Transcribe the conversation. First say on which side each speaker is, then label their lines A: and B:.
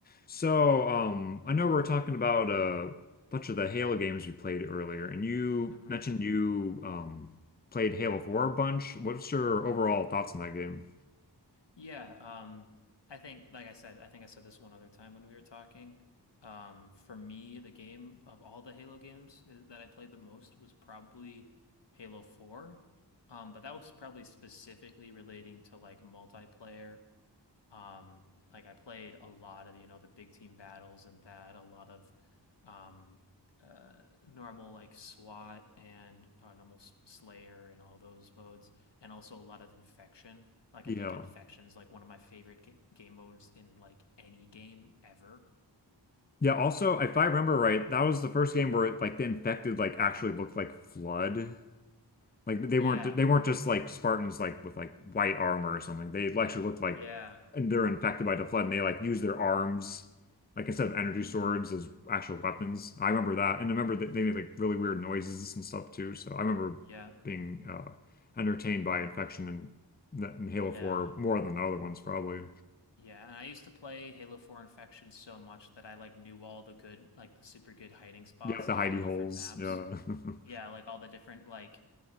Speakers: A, on the left (about 20°); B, on the left (about 75°).
A: So, um, I know we were talking about a bunch of the Halo games we played earlier, and you
B: hmm
A: mentioned you um, played Halo 4 a bunch. What's your overall thoughts on that game?
B: Yeah, um, I think, like I said, I think I said this one other time when we were talking. Um, for me, the game of all the Halo games is, that I played the most was probably Halo 4. Um, but that was probably specifically relating to like multiplayer Um, like I played a lot of, you know, the big team battles and that, a lot of um uh normal like SWAT and uh, normal S- Slayer and all those modes and also a lot of Infection. Like
A: Yeah.
B: I think Infection's like one of my favorite ga game modes in like any game ever.
A: Yeah, also, if I remember right, that was the first game where like the infected like actually looked like Flood. Like they
B: Yeah.
A: weren't they weren't just like Spartans like with like white armor or something. They actually looked like
B: Yeah.
A: and they're infected by the flood and they like use their arms like instead of energy
B: Mm-hmm.
A: swords as actual weapons.
B: Mm-hmm.
A: I remember that and I remember that they made like really weird noises and stuff too. So I remember
B: Yeah.
A: being uh entertained by infection and that in Halo
B: Yeah.
A: 4 more than the other ones probably.
B: Yeah, and I used to play Halo 4 Infection so much that I like knew all the good, like the super good hiding spots
A: Yeah, the
B: on
A: hidey
B: all the
A: holes.
B: different maps.
A: Yeah. <laughs>
B: Yeah, like all the different like